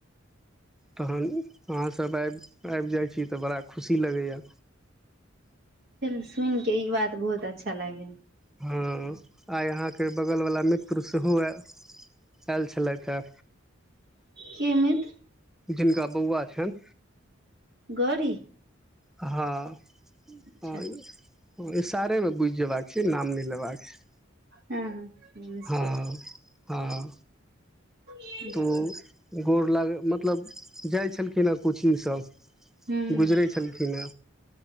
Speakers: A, in the centre; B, on the right.
A: तहन अहाँस आबि-आबि जाइ छी, तऽ बड़ा खुशी लगैया।
B: फेन सुन के ई बात बहुत अच्छा लागे।
A: हँ आइ अहाँके बगलवला मित्र सेहो ए आयल छलैत है।
B: के मित्र?
A: जिनका बौआ छैन।
B: गौरी
A: हँ
B: अच्छा
A: हं ओ इशारे मे बुझि जेबाक छै नाम नै लेबाक छै,
B: हँ हँ नमस्ते
A: हँ हँ।
B: अच्छा
A: त ओ गोर लागै मतलब जाइ छलखिन हैं कोचिंगस
B: ह
A: गुजरय छलखिन ए।